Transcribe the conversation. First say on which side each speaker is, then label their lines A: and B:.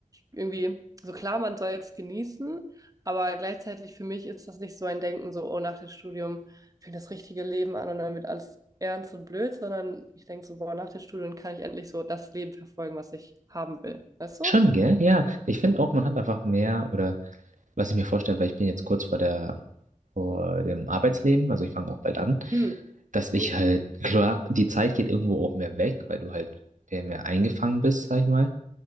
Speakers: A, on the right; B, on the right.
A: irgendwie, so klar, man soll es genießen, aber gleichzeitig für mich ist das nicht so ein Denken, so, oh, nach dem Studium fängt das richtige Leben an und dann wird alles ernst und blöd, sondern ich denke so, boah, nach den Studien kann ich endlich so das Leben verfolgen, was ich haben will. Weißt
B: Schon,
A: du?
B: gell? Ja. Ich finde auch, man hat einfach mehr oder was ich mir vorstelle, weil ich bin jetzt kurz vor der, vor dem Arbeitsleben, also ich fange auch bald an,
A: Hm,
B: dass ich
A: cool.
B: halt, <laughs> klar, die Zeit geht irgendwo auch mehr weg, weil du halt mehr, mehr eingefangen bist, sag ich mal.